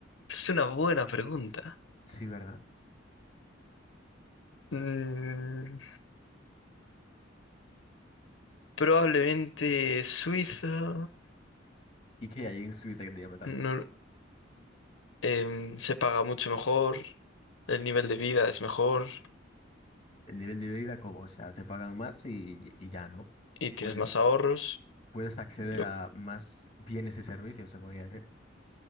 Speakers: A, on the left (about 80°); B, on the left (about 30°).
A: es una buena pregunta.
B: Sí, ¿verdad?
A: Mm, probablemente Suiza
B: ¿Y qué hay en Suiza que te llame tanto?
A: no- em, se paga mucho mejor, el nivel de vida es mejor
B: El nivel de vida, ¿cómo? O sea, te pagan más y, y ya, ¿no?
A: y tienes
B: Puedes,
A: más ahorros.
B: puedes acceder
A: Lo,
B: a más bienes y servicios, se podría decir.